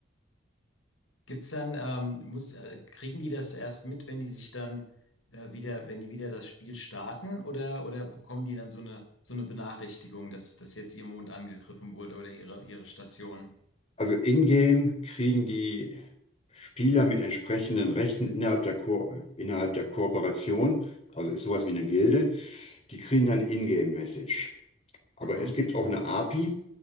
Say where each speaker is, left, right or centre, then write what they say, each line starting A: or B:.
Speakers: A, on the left; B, on the left.
A: Gibt's dann, ähm, muss, äh, kriegen die das erst mit, wenn die sich dann äh, wieder, wenn die wieder das Spiel starten oder, oder bekommen die dann so eine, so eine Benachrichtigung, dass, dass jetzt ihr Mond angegriffen wurde oder ihre, ihre Station?
B: Also in-game kriegen die Spieler mit entsprechenden Rechten innerhalb der Ko innerhalb der Kooperation, also ist sowas wie eine Gilde, Die kriegen dann Ingame-Message. Aber
A: Mhm.
B: es gibt auch eine API,